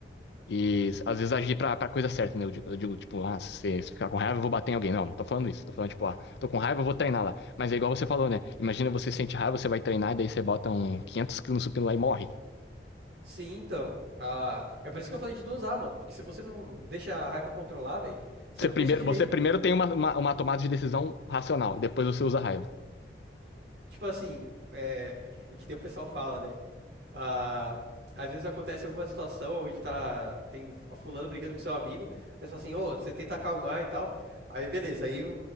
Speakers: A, on the left (about 75°); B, on the right (about 70°).
A: E às vezes agir pra, pra coisa certa, né? Eu digo, eu digo, tipo, ah, se, se ficar com raiva, eu vou bater em alguém. Não, não tô falando isso. Tô falando, tipo, ah, tô com raiva, eu vou treinar lá. Mas é igual você falou, né? Imagina você sente raiva, você vai treinar, daí você bota um 500 quilos no supino lá e morre.
B: Sim, então. Ah, é por isso que eu falei de dosar, mano. Porque se você não deixa a raiva controlar, velho, você
A: Você
B: não
A: primeiro,
B: pensa direito.
A: você primeiro tem uma, uma, uma tomada de decisão racional, depois você usa a raiva.
B: Tipo assim, é, é que nem o pessoal fala, né? ah, às vezes acontece alguma situação onde tá, tem a fulano brigando com seu amigo, aí você fala assim, ô, você tenta acalmar e tal. Aí beleza, aí o-